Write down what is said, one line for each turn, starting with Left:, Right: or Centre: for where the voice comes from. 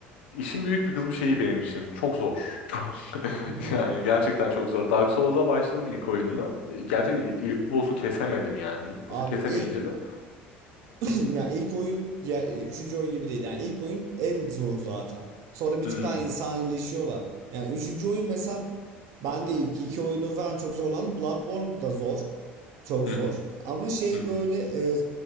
Left: işin büyük bir kısmı şeyi benim için çok zor. <laughs> Çok,
Right: <laughs>
Left: yani gerçekten çok zor. Dark Souls'a başladım ilk oyununa. E, Gerçekten ilk boss'u kesemedim yani. İlk
Right: Abi
Left: boss'u kesemeyince
Right: ilk
Left: de
Right: <laughs> <clears throat> ya ilk oyun ya e, üçüncü oyun gibi değil. Yani ilk oyun en zoru zaten. Sonra bir
Left: hmm,
Right: tık daha insanileşiyorlar. Yani üçüncü oyun mesela ben de ilk iki oyunu falan çok zorlandım. Bloodborne da zor. Çok
Left: hı
Right: zor.
Left: hı,
Right: Ama şey
Left: hı,
Right: böyle e,